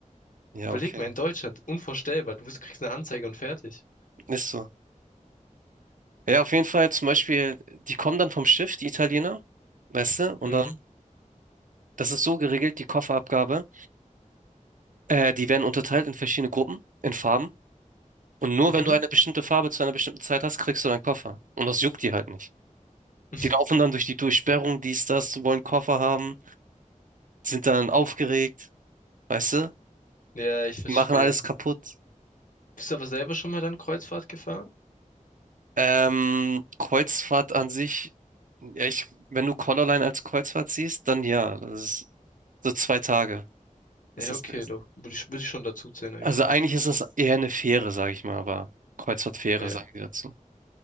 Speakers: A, on the right (about 75°); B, on the left (about 75°).
A: ja,
B: Überleg
A: okay,
B: mal, in Deutschland, unvorstellbar. Du bist, kriegst eine Anzeige und fertig.
A: ist so. Ja, auf jeden Fall zum Beispiel, die kommen dann vom Schiff, die Italiener, weißt du, und
B: Hm?
A: dann, das ist so geregelt, die Kofferabgabe, äh, die werden unterteilt in verschiedene Gruppen, in Farben, und nur
B: Mhm.
A: wenn du eine bestimmte Farbe zu einer bestimmten Zeit hast, kriegst du deinen Koffer. Und das juckt die halt nicht.
B: <laughs>
A: Die laufen dann durch die Durchsperrung, dies, das, wollen Koffer haben, sind dann aufgeregt, weißt du,
B: Ja, ich verstehe.
A: machen alles kaputt.
B: Bist du aber selber schon mal dann Kreuzfahrt gefahren?
A: Ähm, Kreuzfahrt an sich, ja, ich, wenn du Colorline als Kreuzfahrt siehst, dann ja, das ist so zwei Tage
B: Ja,
A: ist das
B: okay,
A: gewesen.
B: doch. Würde ich, würde ich schon dazu zählen eigentlich.
A: Also eigentlich ist das eher eine Fähre, sage ich mal, aber Kreuzfahrtfähre
B: Ja,
A: sagen die dazu.